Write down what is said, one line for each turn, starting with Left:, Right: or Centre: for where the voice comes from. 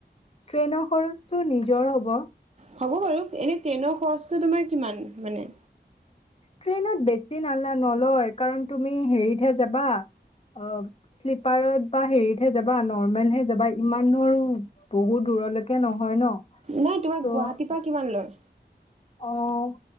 Left: ট্ৰেইনৰ খৰচটো নিজৰ হব।
Right: হ'ব বাৰু এনে ট্ৰেইনৰ খৰচটো তোমাৰ কিমান মানে?
Left: ট্ৰেইনত বেছি মানে নলয়, কাৰণ তুমি হেৰিতহে যাবা অ শ্লিপাৰত বা হেৰিতহে যাবা নৰ্মেলহে যাবা ইমান আৰু বহুত দূৰলৈকে নহয় ন।
Right: নাই তোমাক
Left: ত'
Right: গুৱাহাটীৰ পৰা কিমান লয়?
Left: অ',